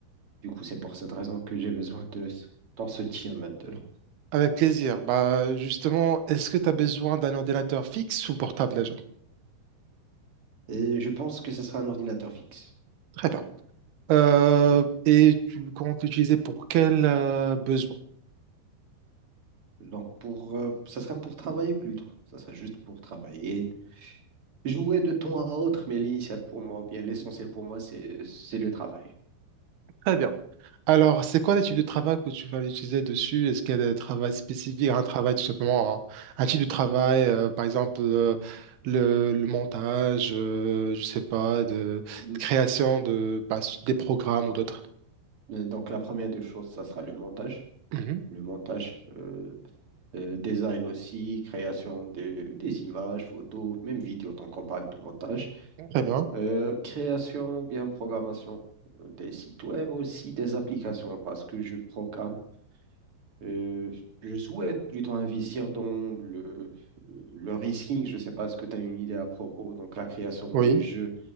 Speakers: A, on the right (about 30°); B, on the right (about 65°).
A: Du coup, c'est pour cette raison que j'ai besoin de ton soutien maintenant.
B: avec plaisir. Bah, justement, est-ce que tu as besoin d'un ordinateur fixe ou portable déjà?
A: Et je pense que ce sera un ordinateur fixe.
B: Très bien. Euh, et tu comptes l'utiliser pour quel euh, besoin?
A: Donc, pour, euh, ça sera pour travailler plutôt. Ça sera juste pour travailler. Jouer de temps à autre, mais l'initial pour moi, ou bien l'essentiel pour moi, c'est, c'est le travail.
B: Très bien. Alors, c'est quoi le type de travail que tu vas utiliser dessus? Est-ce qu'il y a des travaux spécifiques, un travail tout simplement, hein, un, type de travail, euh, par exemple euh, le, le montage, euh, je sais pas, de, de
A: Mm.
B: création de bah, des programmes ou d'autres.
A: Euh, Donc, la première des choses, ça sera le montage.
B: Mhm.
A: Le montage, euh, Euh, design aussi, création de, des images, photos, même vidéo, tant qu'on parle de montage.
B: Très bien,
A: Euh, création, bien programmation euh, des sites web aussi, des applications, parce que je programme. euh, je souhaite plutôt investir dans le, le risking. Je ne sais pas ce que tu as une idée à propos. Donc, la création
B: oui.
A: des jeux,